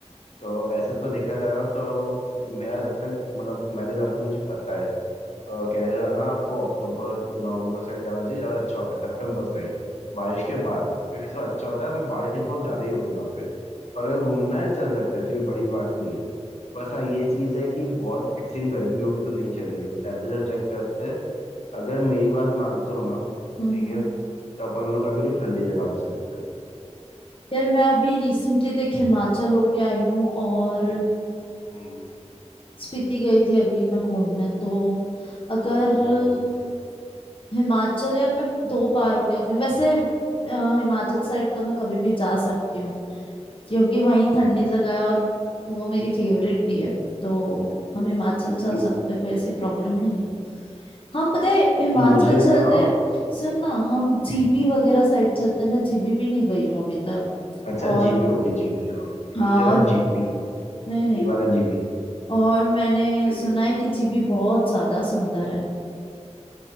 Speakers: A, on the left (about 70°); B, on the left (about 50°).
A: तो वैसे तो देखा जाए ना तो मेरा जब तक मतलब मैंने जहाँ तक मुझे पता है केरला ना आपको अक्टूबर नवंबर साइड जाना चाहिए ज़्यादा अच्छा होता है सितंबर साइड बारिश के बाद क्योंकि सब अच्छा होता है अभी बारिश बहुत ज़्यादा ही होगी वहाँ पे पर अगर घूमना है चल सकते हैं ऐसी कोई बड़ी बात नहीं है बस हाँ ये चीज़ है कि बहुत एक्सट्रीम गर्मी होगी तो नहीं चलेगी मतलब टेम्परेचर चेक करते हैं अगर मेरी बात मानते हो ना
B: हम्म
A: ठीक
B: हम्म
A: है तो अपन लोग अभी के ठंडी जगह पे चलते हैं
B: यार मैं अभी रिसेंटली देख हिमाचल होके आई हूँ और
A: फिर- हम्म
B: स्पीति गई थी अभी मैं घूमने तो अगर
A: हम्म हम्म,
B: अ, हिमाचल यार मैं दो बार होके आई हूँ वैसे अ, हिमाचल साइड तो मैं कभी भी जा सकती हूँ क्योंकि वहीं ठंडी जगह है और वो मेरी फेवरेट भी है तो हम हिमाचल चल
A: हम्म।
B: सकते हैं, कोई ऐसी प्रॉब्लम नहीं है हम पता है हिमाचल
A: मुझे
B: चलते
A: ना
B: हैं सुन ना हम जीबी वगैरह साइड चलते हैं मैं जीबी भी नहीं गई हूँ अभी तक
A: अच्छा
B: और
A: जीबी ओके जीबी हाँ
B: हाँ
A: मुझे लगा
B: और
A: जीबी
B: नहीं
A: दिल्ली
B: नहीं
A: वाला जीबी
B: और मैंने
A: देखिए
B: सुना है कि जीबी बहुत ज्यादा सुंदर है